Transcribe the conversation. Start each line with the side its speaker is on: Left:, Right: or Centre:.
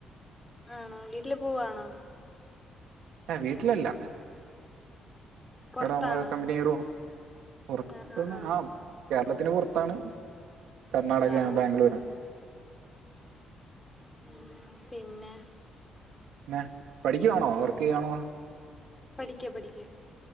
Left: ആണോ വീട്ടില് പോവാണോ
Right: ഏഹ് വീട്ടിലല്ല
Left: പൊറത്താണോ
Right: ഇവിടാ നമ്മള കമ്പനി റൂം പുറത്തുന്ന്
Left: ആഹ് ആഹ് ആഹ്
Right: ആ കേരളത്തിന് പുറത്താണ് കർണാടകയാണ്
Left: ആഹ് ആഹ്
Right: ബാംഗ്ലൂരാണ്
Left: ഉം പിന്നെ
Right: പിന്നെ പഠിക്കുവാണോ വർക്ക് ചെയ്യുവാണോ
Left: പഠിക്കപഠിക്ക